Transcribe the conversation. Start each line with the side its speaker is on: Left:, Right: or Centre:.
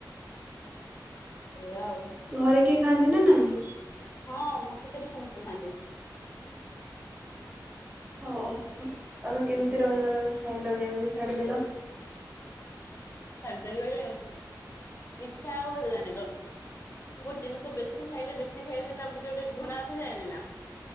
Left: ହେଲା ଆଉ
Right: ଘରେ କିଏ ଖାଆନ୍ତି ନା ନାଇଁ?
Left: ହଁ ମୋତେ ଛାଡି ସମସ୍ତେ ଥାନ୍ତି।
Right: ହଉ ତମେ
Left: ହୁଁ।
Right: କେମିତି ରହିଗଲ ଖାଇଲ ନି ଆଜି ଛାଡିଦେଲ।
Left: ଝଡ଼ିଦେବି ବୋଲି ଆଉ କିଛି ଆଉ ହେଲାଣି, ଡନ ମୁଁ ଗୋଟେ ଜିନିଷ ବେଶୀ ଖାଇଲେ ବେଶୀ ଖେଲିଲେ ତା ପ୍ରତି ଗୋଟେ ଘୃଣା ଆସିଯାଏନି ନା।